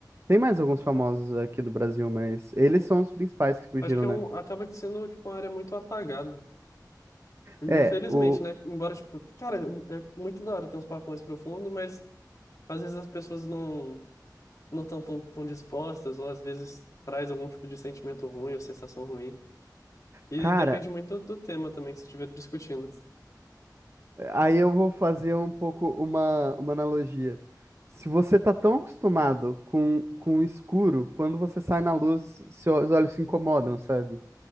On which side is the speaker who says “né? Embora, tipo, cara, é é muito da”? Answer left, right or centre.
Left